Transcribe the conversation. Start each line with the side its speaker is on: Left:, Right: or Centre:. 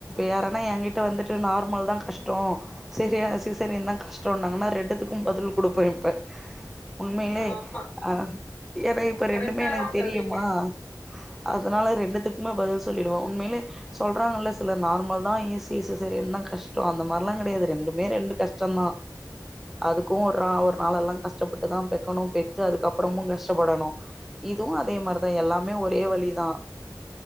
Centre: யார்னா ஏ கிட்ட வந்துட்டு நார்மல் தான் கஷ் டம் சரி அ சிசெரியன் தான் கஷ்டம்னாங்கன்னா ரெண்டுத்துக்கும் பதில் கொடுப்ப இப்ப உண்மையிலே
Left: ஆமா.
Centre: அ என்னா இப்ப
Left: கரெக்ட்டா
Centre: ரெண்டுமே எனக்கு
Left: சொல்றீங்க.
Centre: தெரியுமா அதனால
Left: ம்.
Centre: ரெண்டுத்துக்குமே பதில் சொல்லிடுவ உண்மையிலே சொல்றாங்கல்ல சில நார்மல் தான் ஈசி சிஸ்செரியன் தான் கஷ்டம் அந்த மாரில்லாம் கெடையாது ரெண்டுமே ரெண்டு கஷ்டம்தான் அதுக்கும் ஒரு நா
Left: ஆமாங்க.
Centre: ஒரு நாள் எல்லாம் கஷ்டப்பட்டுதான் பெக்கணும் பெ த்து அதுக்கப்புறமும் கஷ்டப்படணும் இதுவும் அதே மாரிதான் எல்லாமே ஒரே வழிதான்